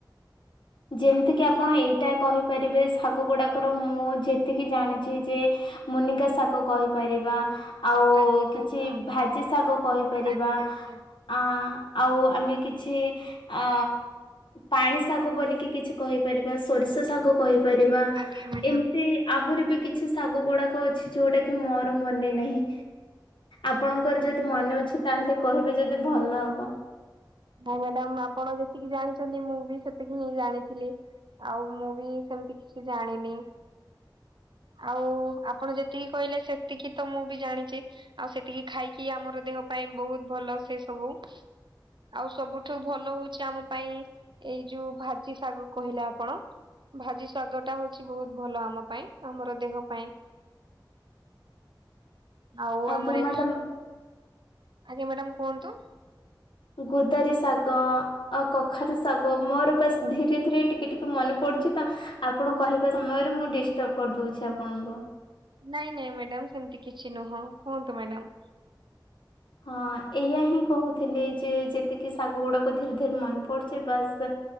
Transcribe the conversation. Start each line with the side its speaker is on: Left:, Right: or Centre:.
Left: ଯେମିତିକି
Right: ଏମତି
Left: ଆପଣ ଏଇଟା କହିପାରିବେ ଶାଗ ଗୁଡାକର ମୁଁ ଯେତିକି ଜାଣିଚି ଯେ ମୁନିକା ସାଗ କହିପାରିବା। ଆଉ
Right: ଭାଜି ଶାଗ
Left: କିଛି ଭାଜି ଶାଗ କହିପାରିବା।
Right: ଆଜ୍ଞା ଆଜ୍ଞା
Left: ଆଁ ଆଉ ଆମେ କିଛି ଆ ପାଣି ଶାଗ ବୋଲି କି କିଛି କହିପାରିବା ସୋରିଷ ଶାଗ କହିପାରିବା।
Right: ଆଜ୍ଞା ମ୍ୟାଡାମ।
Left: ଏମିତି ଆହୁରି ବି କିଛି ଶାଗ ଗୁଡାକ ଅଛି ଯୋଉଟା କି ମୋର ମନେ ନାହିଁ। ଆପଣଙ୍କର ଯଦି ମନେ ଅଛି ତାହେଲେ କହିବେ ଯଦି ଭଲ ହବ।
Right: ହଁ ମ୍ୟାଡାମ ଆପଣ ଯେତିକି ଜାଣିଚନ୍ତି ମୁଁ ବି ସେତିକି ହିଁ ଜାଣିଥିଲି। ଆଉ ମୁଁ ବି ସେମତି କିଛି ଜାଣିନି। ଆଉ ଆପଣ ଯେତିକି କହିଲେ ସେତିକି ତ ମୁଁ ବି ଜାଣିଚି। ଆଉ ସେତିକି ଖାଇକି ଆମର ଦେହ ପାଇଁ ବହୁତ ଭଲ ସେ ସବୁ। ଆଉ ସବୁଠୁ ଭଲ ହଉଚି ଆମ ପାଇଁ ଏଇ ଯୋଉ ଭା ଚି ଶାଗ କହିଲେ ଆପଣ। ଭାଜି ଶାଗ ଟା ହଉଚି ବହୁତ ଭଲ ଆମ ପାଇଁ। ଆମର ଦେହ ପାଇଁ। ଆଉ
Left: ଆଜ୍ଞା
Right: ଆମର ଏ
Left: ମ୍ୟାଡାମ
Right: ଆଜ୍ଞା ମ୍ୟାଡାମ କୁହନ୍ତୁ।
Left: ଗୁଦାରି ଶାଗ ଆଉ କଖାରୁ ଶାଗ ମୋର ବାସ ଧୀରେ-ଧୀରେ ଟିକେ-ଟିକେ ମନେ ପଡୁଚି ତ। ଆପଣ କହିବା ସମୟରେ ମୁଁ ଦିଷ୍ଟର୍ବ କରିଦଉଛି ଆପଣଙ୍କୁ।
Right: ନାଇଁ-ନାଇଁ ମ୍ୟାଡାମ ସେମିତି କିଛି ନୁହଁ କୁହନ୍ତୁ ମ୍ୟାଡାମ।
Left: ହଁ ଏଇଆ ହିଁ କହୁଥିଲି ଯେ ଯେତିକି ଶାଗ ଗୁଡାକ ଧୀରେ-ଧୀରେ ମନେ ପଡୁଚି। ବାସ୍